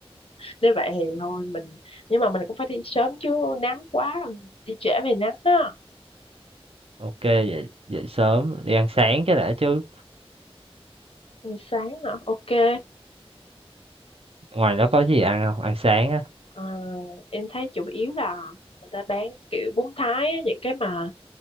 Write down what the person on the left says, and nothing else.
nếu vậy thì thôi mình nhưng mà mình cũng phải đi sớm chứ nắng quá rồi đi trễ về nắng á
Ừ, sáng hả ok
Ờ, em thấy chủ yếu là người ta bán kiểu bún Thái á, những cái mà